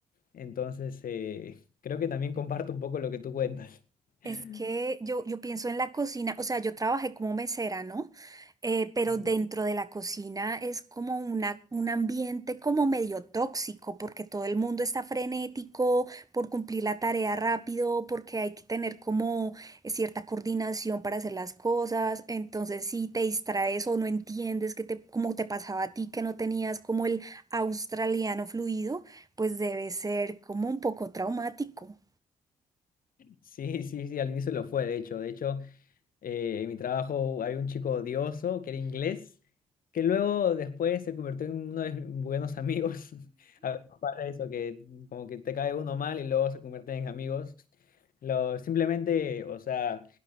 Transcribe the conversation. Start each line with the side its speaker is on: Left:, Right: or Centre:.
Left: Entonces, eh, creo que también comparto un poco lo que tú cuentas. <laughs>
Right: Es que yo, yo pienso en la cocina, o sea, yo trabajé como mesera, ¿no? Eh, pero
Left: Ujú.
Right: dentro de la cocina es como una, un ambiente como medio tóxico, porque todo el mundo está frenético por cumplir la tarea rápido, porque hay que tener como cierta coordinación para hacer las cosas. Entonces, si te distraes o no entiendes que te, como te pasaba a ti, que no tenías como el australiano fluido, pues debe ser como un poco traumático.
Left: Sí, sí, sí, al inicio lo fue, de hecho, de hecho. Eh, en mi trabajo había un chico odioso que era inglés, que luego después se convirtió en uno de mis buenos amigos. <laughs> A veces pasa eso, que como que te cae uno mal y luego se convierten en amigos. Lo, simplemente, o sea,